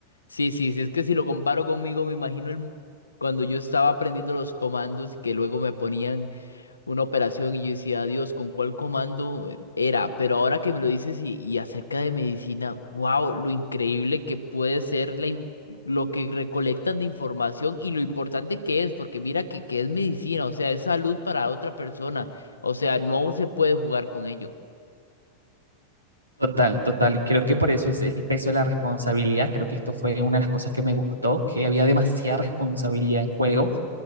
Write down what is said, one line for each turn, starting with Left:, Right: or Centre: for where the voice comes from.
Left: sí, sí, sí, es que si lo comparo conmigo, me imagino el- cuando yo estaba aprendiendo los comandos y que luego me ponían una operación y yo decía, Dios, ¿con cuál comando eh, era? Pero ahora que me lo dices y, y acerca de medicina, wow, lo increíble que puede ser la, in- lo que recolectan de información y lo importante que es, porque mira que, que es medicina, o sea, es salud para otra persona, o sea, no se puede jugar con ello.
Right: Total, total. Y creo que por eso es el peso de la responsabilidad. Creo que esto fue una de las cosas que me gustó, que había demasiada responsabilidad en juego,